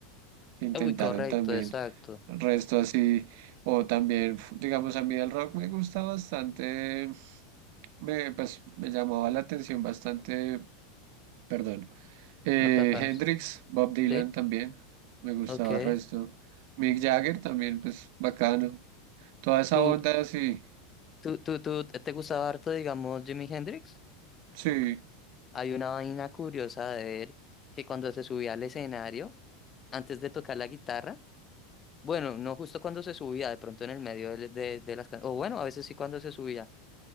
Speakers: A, on the right (about 55°); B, on the left (about 20°).
A: que intentaron
B: uy, correcto,
A: también,
B: exacto.
A: resto así, o también, f- digamos, a mí el rock me gusta bastante, me, pues me llamaba la atención bastante, perdón. Eh,
B: No tan fanes.
A: Hendrix, Bob Dylan
B: ¿Sí?
A: también, me gustaba
B: Ok.
A: el resto. Mick Jagger también, pues bacano. Toda esa
B: ¿Tú,
A: onda, sí,
B: tú, tú, tú te gustaba harto, digamos, Jimi Hendrix?
A: sí,
B: Hay una vaina curiosa de él que cuando se subía al escenario, antes de tocar la guitarra, bueno, no justo cuando se subía, de pronto en el medio de, de, de las canciones, o bueno, a veces sí cuando se subía,